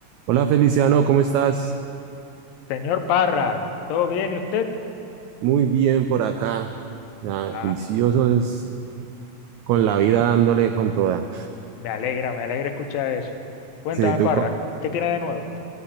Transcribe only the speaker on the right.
Hola Feliciano, ¿cómo estás?
Muy bien por acá. Ah,
juicioso es con la vida dándole con toda.
Sí, ¿tú
co-